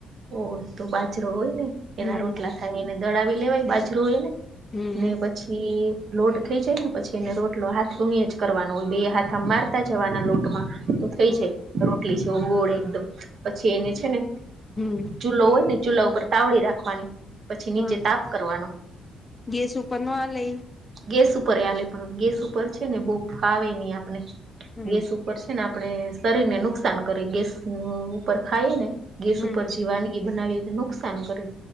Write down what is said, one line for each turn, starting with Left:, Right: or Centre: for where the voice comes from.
Right: ઓ તો બાજરો હોય ને એના
Left: હમ
Right: રોટલા થાય એને દડાવી લેવાય બાજરો હોય એને,
Left: હમ
Right: ને પછી, લોટ થઇ જાય ને પછી એને રોટલો હાથ થી જ કરવાનો હોય. બે હાથ આ મારતા જવાના લોટમાં તો થઈ
Left: હમ
Right: જાય રોટલી જેવો ગોળ એકદમ પછી એને છે ને
Left: હમ,
Right: ચૂલો હોય ને ચુલા ઉપર તાવડી રાખવાની પછી
Left: હા
Right: નીચે તાપ કરવાનો.
Left: ગેસ ઉપર નો હાલે ઇ?
Right: ગેસ ઉપરય હાલે પણ ગેસ ઉપર છે ને બહુ ફાવે નહી આપણે
Left: હમ
Right: ગેસ ઉપર ને આપણે શરીર ને નુકસાન કરે ગેસ ઉપર ખાઈ ને. ગેસ
Left: હમ
Right: ઉપર જે વાનગી બનાવીએ તો નુકસાન કરે